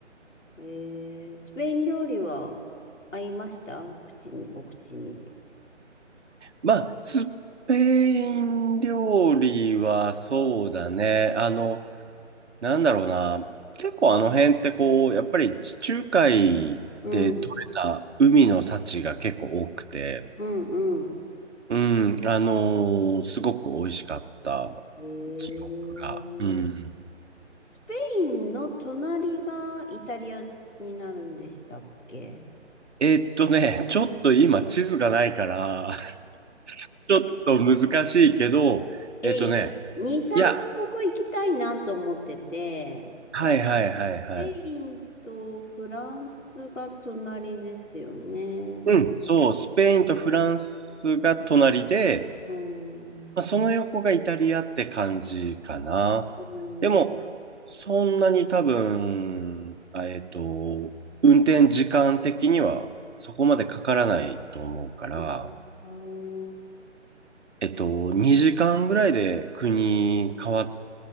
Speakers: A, on the left; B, on the right.
A: えー、スペイン料理は合いました口に、お口に。
B: まあ、スペイン料理はそうだね。あの、なんだろうな。結構あの辺ってこう、やっぱり地中海で取れた海の幸が結構多くて、
A: うん、うん、うん。
B: うん、あのーすごく美味しかった
A: へえー、
B: 記憶が。うん。
A: スペインの隣がイタリアになるんでしたっけ
B: えーっとね、ちょっと今地図がないから、<laughs> ちょっと難しいけど、
A: え、
B: えーっとね、
A: い2、3カ国行きたいなと思ってて、
B: いや、はいはいはいはい。
A: スペインとフランスが隣ですよね。
B: うん、そう、スペインとフランスが隣で、
A: うん。
B: まあ、その横がイタリアって感じかな。
A: うん。
B: でも、そんなに多分、あえっと、運転時間的にはそこまでかからないと思うから、
A: うん
B: えっと、2時間ぐらいで国変わっ